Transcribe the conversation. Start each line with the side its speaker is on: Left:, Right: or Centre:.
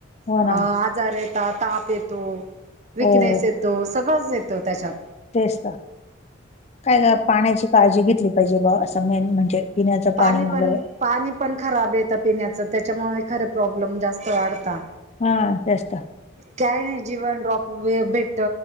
Left: हो
Right: अ
Left: ना.
Right: आजार येतात ताप येतो. विकनेस
Left: हो
Right: येतो, सगळंच येतो त्याच्यात.
Left: तेच तर काय का पाण्याची काळजी घेतली पाहिजे बा असं मेन म्हणजे पिण्याचं
Right: पाणी
Left: वगैरे
Right: पण पाणी पण खराब येतं पिण्याचं त्याच्यामुळे खरं प्रॉब्लेम जास्त वाढता.
Left: हा जास्त
Right: काही नाही जीवन ड्रॉप भेट